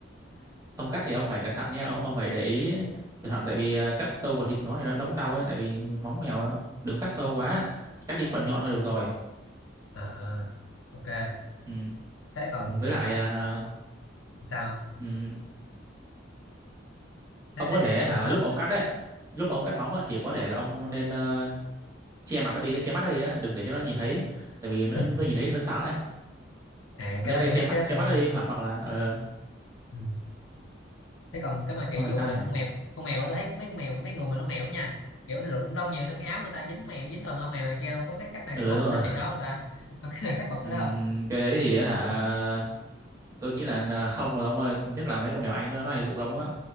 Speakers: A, on the right (about 15°); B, on the left (about 80°).
A: <laughs> ông cắt thì ông phải cẩn thận nha ông, ông phải để ý cẩn thận tại vì ờ, cắt sâu vào thịt nó thì nó, nó cũng đau ấy tại vì móng mèo nó- đừng cắt sâu quá cắt đi cái phần nhọn thôi được rồi
B: à ok
A: ừ.
B: thế còn
A: với lại ờ,
B: sao
A: ừ,
B: thấy
A: ông
B: thấy
A: có thể
B: kiểu
A: hả
B: mà
A: lúc mà ông cắt đấy lúc mà ông cắt móng á, thì có thể là ông nên ờ, che mặt nó đi che mắt nó đi á, đừng để cho nó nhìn thấy tại vì nó,
B: <laughs>
A: nó nhìn thấy thì nó sợ ấy
B: à
A: lấy
B: cái đó
A: tay
B: tôi
A: che
B: biết
A: mắt
B: cái đó
A: che
B: tôi
A: mắt đi hoặc hoặc là ờ
B: ừ. thế còn cái mà
A: xong
B: kiểu dùng
A: rồi sao
B: mà
A: nhỉ
B: con mèo con mèo á, tôi thấy mấy con mèo mấy người mà nuôi mèo á nha kiểu rụng lông nhiều xong cái áo người ta dính mèo dính toàn lông mèo này kia luôn có cái cách nào
A: ừ
B: khắc phục
A: đúng rồi
B: cái tình trạng đó không ta có cách nào khắc phục
A: Ừm,
B: cái đó không
A: cái đấy thì hả tôi nghĩ là là không rồi ông ơi nhất là mấy con mèo anh nữa nó hay rụng lông lắm